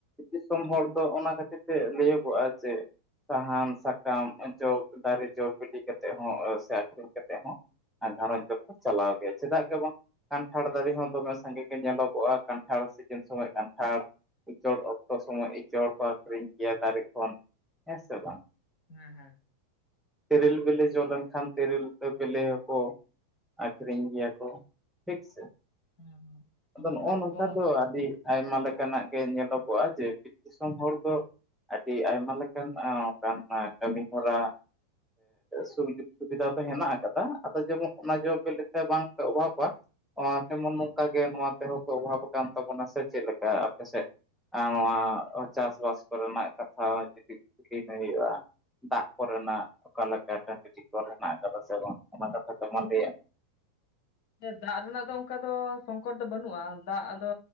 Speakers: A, in the centre; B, on the left.
A: ᱫᱤᱥᱚᱢ ᱦᱚᱲ ᱫᱚ ᱚᱱᱟ ᱠᱷᱟᱹᱛᱤᱨ ᱛᱮ ᱞᱟᱹᱭᱟᱹᱜᱚᱜ-ᱟ ᱡᱮ ᱥᱟᱦᱟᱱ ᱥᱟᱠᱟᱢ ᱡᱚ ᱫᱟᱨᱮ ᱡᱚ ᱵᱤᱞᱤ ᱠᱟᱛᱮᱜ ᱦᱚᱸ ᱥᱟᱠᱚᱢ ᱠᱟᱛᱮ ᱦᱚᱸ ᱜᱷᱟᱨᱚᱸᱡᱽ ᱫᱚᱠᱚ ᱪᱟᱞᱟᱣ ᱜᱮᱭᱟ ᱪᱮᱫᱟᱜ ᱜᱮ ᱵᱟᱝ ᱠᱟᱱᱴᱷᱟᱲ ᱫᱟᱨᱮ ᱦᱚᱸ ᱫᱚᱢᱮ ᱥᱟᱸᱜᱮ ᱜᱮ ᱧᱮᱞᱚᱜᱚᱜᱼᱟ ᱠᱟᱱᱴᱷᱟᱲ ᱥᱤᱡᱤᱱ ᱥᱚᱢᱚᱭ ᱠᱟᱱᱴᱷᱟᱲ ᱤᱪᱚᱲ ᱚᱠᱛᱚ ᱥᱚᱢᱚᱭ ᱤᱪᱚᱲ ᱠᱚ ᱟᱹᱷᱨᱤᱧ ᱜᱮᱭᱟ ᱫᱟᱨᱮ ᱠᱷᱚᱱ ᱦᱮᱸᱥᱮ ᱵᱟᱝ
B: ᱦᱮᱸ
A: ᱛᱮᱨᱮᱞ ᱵᱮᱞᱤ ᱡᱚ ᱞᱮᱱᱠᱷᱟᱱ ᱛᱮᱨᱮᱞ ᱵᱤᱞᱤ ᱦᱚᱸᱠᱚ ᱟᱠᱷᱨᱤᱧ ᱜᱮᱭᱟ ᱠᱚ ᱴᱷᱤᱠ ᱥᱮ
B: ᱦᱮᱸ
A: ᱟᱫᱚ
B: ᱟᱵᱟᱨ
A: ᱱᱚᱜᱼᱚ
B: ᱢᱟᱛᱠᱚᱢ
A: ᱱᱚᱝᱠᱟ ᱫᱚ ᱟᱹᱰᱤ ᱟᱭᱢᱟ ᱞᱮᱠᱟᱱᱟᱜ ᱜᱮ ᱧᱮᱞᱚᱜᱚᱜ-ᱟ ᱡᱮ ᱵᱤᱨ ᱫᱤᱥᱚᱢ ᱦᱚᱲ ᱫᱚ ᱟᱹᱰᱤ ᱟᱭᱢᱟ ᱞᱮᱠᱟᱱ ᱚᱱᱠᱟᱱ ᱠᱟᱹᱢᱤ ᱦᱚᱨᱟ᱾ ᱥᱩᱡᱳᱜᱽ ᱥᱩᱵᱤᱫᱷᱟ ᱫᱚ ᱦᱮᱱᱟᱜ ᱟᱠᱟᱫᱟ ᱟᱫᱚ ᱡᱮᱢᱚᱱ ᱚᱱᱟ ᱡᱮ ᱵᱤᱞᱤᱛᱮ ᱵᱟᱝᱯᱮ ᱚᱵᱷᱟᱵᱽ ᱟ ᱛᱮᱢᱚᱱ ᱱᱚᱝᱠᱟ ᱜᱮ ᱱᱚᱣᱟ ᱛᱮᱦᱚᱸ ᱠᱚ ᱚᱵᱷᱟᱵ ᱟᱠᱟᱱ ᱛᱟᱵᱚᱱᱟ ᱥᱮ ᱪᱮᱫᱠᱟ ᱟᱯᱮ ᱥᱮᱫ ᱟᱨ ᱱᱚᱣᱟ ᱪᱟᱥᱵᱟᱥ ᱠᱚᱨᱮᱱᱟᱜ ᱠᱟᱛᱷᱟ ᱡᱩᱫᱤ ᱠᱤᱨᱤᱧ ᱦᱩᱭᱩᱜᱼᱟ ᱫᱟᱜ ᱠᱚᱨᱮᱱᱟᱜ ᱚᱠᱟ ᱞᱮᱠᱟ ᱴᱟᱠᱴᱤᱡ ᱠᱚᱨᱮ ᱱᱟᱜ ᱟᱠᱟᱫᱟ ᱥᱮ ᱵᱟᱝ ᱚᱱᱟ ᱠᱟᱛᱷᱟ ᱠᱚ ᱢᱟ ᱞᱟᱹᱭᱟᱜ
B: ᱫᱟᱜ ᱨᱮᱱᱟᱜ ᱫᱚ ᱚᱱᱠᱟ ᱫᱚ ᱥᱚᱝᱠᱚᱴ ᱫᱚ ᱵᱟᱹᱱᱩᱜᱼᱟ ᱫᱟᱜ ᱟᱫᱚ